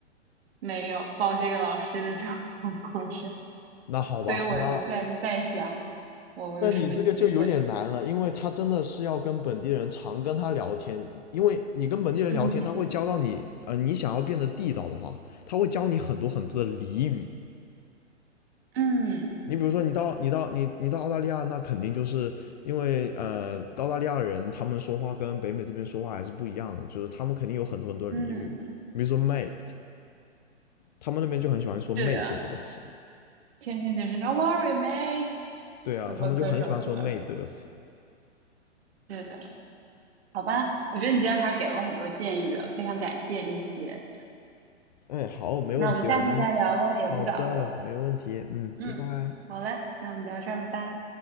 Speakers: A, on the right; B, on the left.
A: 没有报这个老师的都是中国人
B: 那好吧，
A: 所以我我现在就在想，
B: 那
A: 我我有什么机会？
B: 那你这个就有点难了，因为他真的是要跟本地人常跟他聊天，因为你跟本地人聊天，
A: 嗯
B: 他会教到你，呃，你想要变得地道的话，他会教你很多很多的俚语。
A: 嗯
B: 你比如说你，到你到你你到澳大利亚，那肯定就是因为呃，澳大利亚人他们说话跟北美这边说话还是不一样的，就是他们肯定有很多很多俚语，
A: 嗯，
B: 比如说 mate，他们那边就很喜欢说“妹子”这个词。
A: 是的，天天就是 No worry, mate，
B: 对啊，
A: 什么各种的，
B: 他们就很喜欢说“妹”这个词。
A: 是的，好吧，我觉得你今天还是给了我很多建议的，非常感谢这些。
B: 哎，好，没问题，
A: 那我们下次再聊喽，
B: 我们
A: 也不早了。
B: 好的，没问题。嗯，
A: 嗯，
B: 拜拜。
A: 好嘞，那我们聊这儿，拜拜。